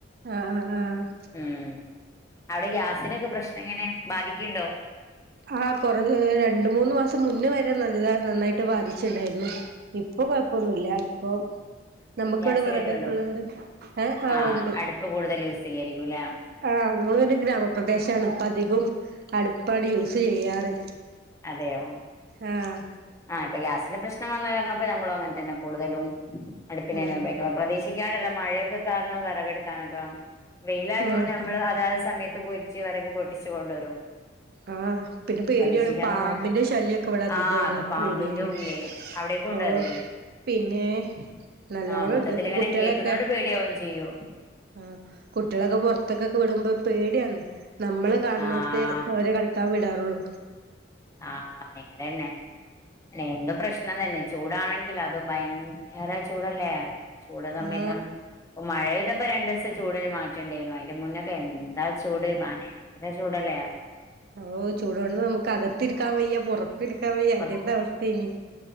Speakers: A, on the right; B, on the left.
A: ആഹ് ആഹ് ആഹ്
B: ഉം അവിടെ ഗ്യാസിനൊക്കെ പ്രശ്നം എങ്ങനെ ബാധിക്കുണ്ടോ
A: ആ കൊറ രണ്ട് മൂന്ന് മാസം മുന്ന വരെ നല്ല നന്നായിട്ട് ബാധിച്ചുണ്ടായിരുന്നു ഇപ്പൊ കുഴപ്പൊന്നുമില്ല ഇപ്പം നമുക്ക്
B: ഗ്യാസ്
A: ഇവിടെ വിറകൊക്കെ
B: കിട്ടുണ്ടോ
A: ഉള്ളോണ്ട് ആ
B: ആഹ്
A: ഒണ്ട്
B: അടുപ്പ് കൂടുതൽ യൂസ് ചെയ്യായിരിക്കുംല്ലേ
A: ആ നമ്മൾ ഒരു ഗ്രാമപ്രദേശ തണുപ്പധികവും അടുപ്പാടി യൂ സ് ചെയ്യാറ്
B: അതേയോ
A: ആഹ്
B: ആ ഇപ്പ ഗ്യാസിന്റെ പ്രശ്നം വന്ന കാരണം നമ്മൾ അങ്ങന തന്നെ കൂടുതലും അടുപ്പിനേനപയോഗിക്ക
A: ആഹ്
B: പ്രദീ ക്ഷിക്കാണ്ടുള്ള മഴയൊക്കെ കാരണം വിറകെടുക്കാനൊക്കെ വെയിലായത്
A: ആഹ്
B: കൊണ്ട് നമ്മള് അതാത് സമയത്ത് പൊയെച്ച് വിറക് പൊട്ടിച്ച് കൊണ്ടുവരും
A: ആ പിന്നെ പേടിയാണ്
B: പ്രതീക്ഷിക്കാനുള്ള
A: പാമ്പിന്റെ
B: മഴ
A: ശല്യമൊക്കെ ഇവിടെ അധികം
B: ആഹ്
A: ഉള്ള
B: അപ്പൊ പാമ്പിന്റെ
A: ഏരിയയാണ്
B: ഉല്ലേ അവിടേക്കും ഉണ്ടോ
A: ഓ
B: അത്
A: പിന്നെ നല്ലോണം
B: ആഹ് മൊത്തത്തിൽ
A: ഉണ്ട് ഇപ്പൊ
B: ഇങ്ങനെ
A: കുട്ടികളൊക്കെ
B: കേൾക്കുന്നോണ്ട് പേടിയാവും ചെയ്യും
A: ആ കുട്ടികളൊക്കെ പൊറത്തെക്കെക്കെ വിടുമ്പോ പേടിയാന്ന് നമ്മള് കാണുന്നോട്ത്ത്
B: ആഹ്
A: ഓര് കളിക്ക് ക്കാൻ വിടാറുള്ളു
B: ആ നേരന്നെ എന്തും പ്രശ്നം തന്നെ ചൂടാണെങ്കിൽ അത് ഭയങ്കര ചൂടല്ലേ ചൂട് സമയത്താണ്
A: ആ
B: അപ്പൊ മഴ പെയ്ത ഇപ്പം രണ്ട് ദിവസം ചൂടിന് മാറ്റമുണ്ടായിരുന്നു അതിന്റെ മുന്നേ എന്താ ചൂട് ഭയ ങ്കര ചൂടല്ലേ
A: ഓ ചൂടുണ്ട് നമുക്ക് അകത്തിരിക്കാൻ വയ്യാ പുറ ത്തി ഇരിക്കാൻ വയ്യാ
B: പുറത്ത്
A: അങ്ങനത്തെ അവസ്ഥയാണ്